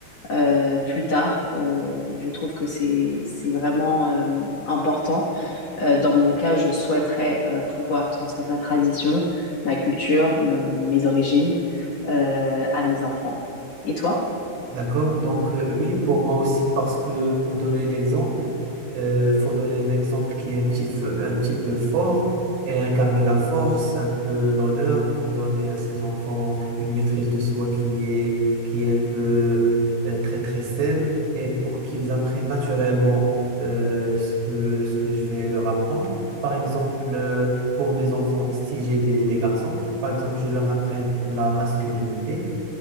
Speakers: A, on the left; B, on the right.
A: euh, plus tard, euh, je trouve que c'est c'est vraiment euh, important. Euh, dans mon cas, je souhaiterais euh, pouvoir transmettre ma tradition, ma culture, me- mes origines euh, à mes enfants. Et toi?
B: D'accord. Donc, euh, oui, pour moi aussi, parce que pour donner l'exemple, euh, faut donner un exemple qui est un petit peu un petit peu fort et incarner la force, un peu l'honneur pour donner à ses enfants une maîtrise de soi qui est, qui est un peu euh, très, très saine et pour qu'ils apprennent naturellement euh, ce que, ce que je vais leur apprendre. Par exemple, euh, pour mes enfants, si j'ai des, des garçons, par exemple, je leur apprends la masculinité